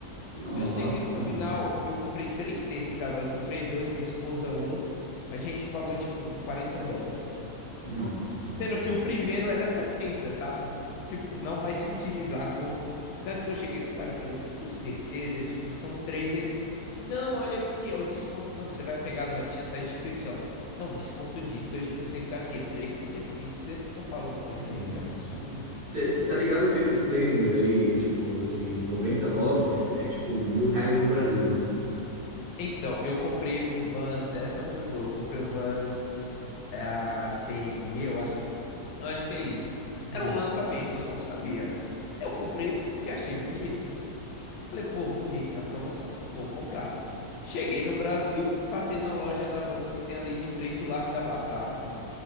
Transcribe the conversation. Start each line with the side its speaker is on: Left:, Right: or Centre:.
Right: Nossa,
Left: Eu sei que no final
Right: mano.
Left: eu comprei três tênis, tá? Eu comprei dois, minha esposa um. A gente pagou tipo 40 dólares.
Right: Nossa, mano.
Left: Sendo que o primeiro era 70, sabe? Tipo, não faz sentido a conta. Tanto que eu cheguei pro cara e falei, você tem certeza? Tipo, são três. Ele, não, olha aqui, ó, o desconto. Mano, você vai pegar a notinha, sai gigante, ó. Não, desconto disso, 2% daquele, 3% disso. Eu falo, velho,
Right: Nossa.
Left: que absurdo.
Right: Você tá ligado que esses tênis aí, tipo, de 90 dólares, é tipo mil reais no Brasil, né?
Left: Então, eu comprei um Vans, essa foi boa. Eu comprei o Vans é, a TME, eu acho que, eu acho que é isso.
Right: Hum.
Left: Era um lançamento, eu não sabia. Eu comprei porque achei bonito. Falei, pô, bonito na promoção, vou comprar. Cheguei no Brasil, passei numa loja da Vans que tem ali de frente o Largo da Batata.